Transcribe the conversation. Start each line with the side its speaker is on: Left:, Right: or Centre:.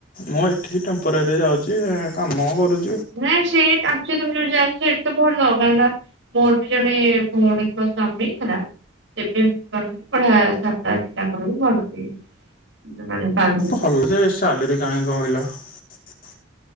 Left: ମୁଁ, ଏଠିକି ଟେମପେରାରୀରେ ଯାଉଛି, କାମ କରୁଛି ।
Right: ନା ସେଇଟ ଆମଛ ତୁମ ଯାଇ ସେ ତେ ଭଲ କ ହେଲା ମୋର ବି ଜଣେ ଭଉଣୀଙ୍କ ସ୍ଵାମୀ ହେଲା ସେ ବି ଏମିତି କଲେଣିି ବଢିଆ ସାଲାରି ବିଭଲ ବି ତାଙ୍କର କଲେ ଭଲ ବି ମାନେ ପାଆନ୍ତି।
Left: ହଲ ଆଭଲରେ ସାଲାରି କାଇଁ କହିଲ। ହ <inaudible> <inaudible>